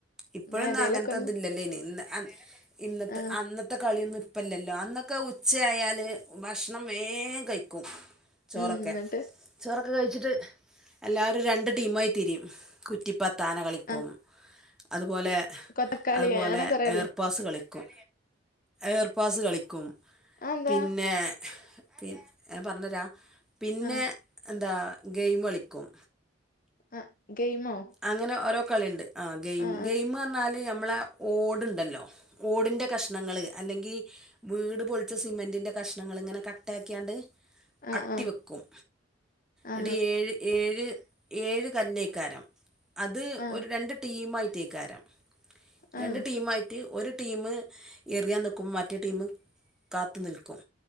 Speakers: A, in the centre; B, on the left.
A: ഇപ്പോഴൊന്നും
B: എന്നാ ഏതേലൊക്കെ
A: അങ്ങനത്തെ
B: ഒന്ന്
A: ഇതില്ലല്ലോ അയ്ന് ഇന്ന ഇന്നത്തെ
B: ആഹ്
A: അന്നത് ത്തെ കളിയൊന്നും ഇപ്പല്ലല്ലോ അന്നൊക്കെ ഉച്ചയായാല് ഭക്ഷണം വേഗം കഴിക്കും ചോറൊക്കെ
B: ഉം എന്നിട്ട്
A: ചോറൊക്കെ കഴിച്ചിട്ട് എല്ലാരും രണ്ട് ടീമായി തിരിയും കുറ്റിപ്പത്താന കളിക്കും
B: ആഹ്
A: അതുപോലെ
B: കൊത്തക്കളി
A: അതുപോലെ
B: അങ്ങനെ കൊറെയില്ലേ
A: എർ പാസ് കളിക്കും ഏർപാസ് കളിക്കും
B: അതെന്താ
A: പിന്നെ പി ഞാൻ പറഞ്ഞരാ പിന്നെ
B: ആഹ്
A: എന്താ ഗെയിമ് കളിക്കും
B: ആ ഗെയിമോ?
A: അങ്ങനെ ഓരോ കളി ഇണ്ട് ആഹ് ഗെയിം
B: ആ
A: ഗെയിം പറഞ്ഞാല് നമ്മളെ ഓടുണ്ടല്ലോ ഓടിന്റെ കഷ്ണങ്ങള് അല്ലെങ്കി വീട് പൊളിച്ച് സിമെന്റിന്റെ കഷ്ണങ്ങൾ ഇങ്ങനെ കട്ടാക്കിയാണ്ട്
B: ആ
A: അട്ടി
B: ആ
A: വെക്കും.
B: ആ
A: എൻട്ട് ഏഴ് ഏഴ് ഏഴ് കല്ലേക്കാരം അത്
B: ആ ആ
A: ഒരു രണ്ട് ടീമായി റ്റെയ്കാരം
B: ആ
A: രണ്ട് ടീമായി ററ്റ് ഒരു ടീമ് എറിയാൻ നിക്കും മറ്റേ ടീമ് കാത്തു നിൽക്കും.